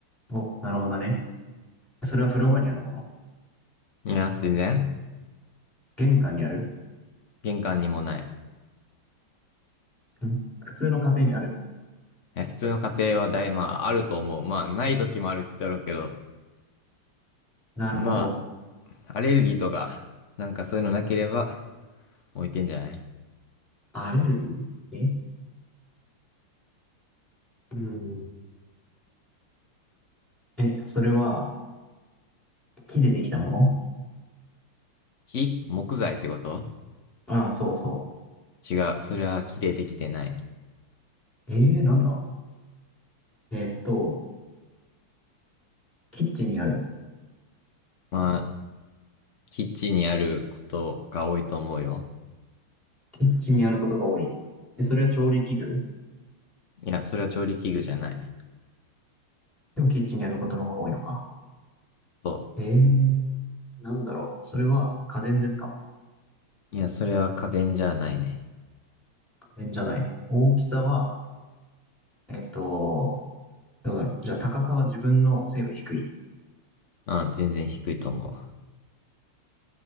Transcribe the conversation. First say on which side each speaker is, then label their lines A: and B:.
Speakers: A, in the centre; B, on the left.
A: お、なるほどね。それは風呂場にあるもの
B: いや、全然。
A: 玄関にある
B: 玄関にもない。
A: ん普通の家庭にある。
B: え、普通の家庭は大、まあ、あると思う。まあ、ない時もあるだろうけど、
A: なるほど。
B: まあ、アレルギーとか、なんかそういうのなければ、置いてんじゃない
A: アレルギーえうん。え、それは木でできたも
B: 木木材ってこと
A: のああ、そうそ
B: 違う。それは木でできてない。
A: う。えー、なんだえーっと、キッチンにある。
B: まあ、キッチンにあることが多いと思うよ。
A: キッチンにあることが多い。え、それは調理器具
B: いや、それは調理器具じゃない。
A: でもキッチンにあることの方が多いのか。
B: そ
A: えー、なんだろう。それは家電ですか
B: う。いや、それは家電じゃないね。
A: 家電じゃない。大きさは、えーっと、どうだろう。じゃあ高さは自分の背より低い。
B: うん、全然低いと思